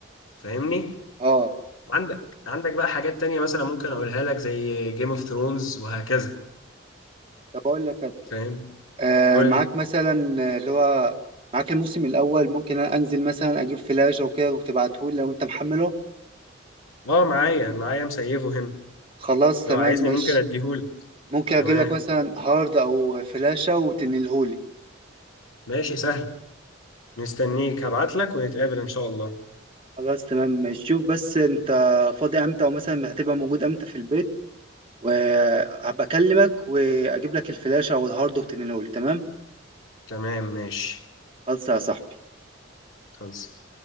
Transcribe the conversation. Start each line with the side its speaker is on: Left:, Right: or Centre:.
Left: فاهمني
Right: آه
Left: عندك عندك بقى حاجات تانية مثلا ممكن اقولها لك زي جيم اوف ثرونز وهكذا
Right: طب أقول لك أنا
Left: فاهم
Right: آه
Left: قول
Right: معاك
Left: لي
Right: مثلا آه، اللي هو معاك الموسم الأول ممكن أنا أنزل مثلا أجيب فلاش أو كده وتبعتهولي لو أنت محمله
Left: اه معايا معايا مسيفه هنا
Right: خلاص تمام
Left: لو عايزني
Right: ماشي
Left: ممكن اديهولك
Right: ممكن
Left: تمام
Right: اجيب لك مثلا هارد او فلاشة وتنلهولي
Left: ماشي سهل مستنيك هبعت لك ونتقابل ان شاء الله
Right: خلاص تمام ماشي شوف بس انت فاضي امتى ومثلا هتبقى موجود امتى في البيت وهبقى اكلمك واجيب لك الفلاشة او الهارد وتنلهولي تمام
Left: تمام ماشي
Right: خلاص يا صاحبي
Left: خلص